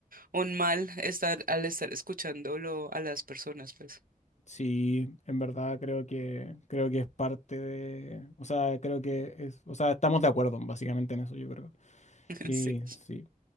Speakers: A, on the right; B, on the left.
A: un mal estar al estar escuchándolo a las personas, pues.
B: Sí, en verdad creo que creo que es parte de, o sea, creo que es, o sea, estamos de acuerdo básicamente en eso, yo creo.
A: <laughs>
B: Y
A: Sí.
B: sí,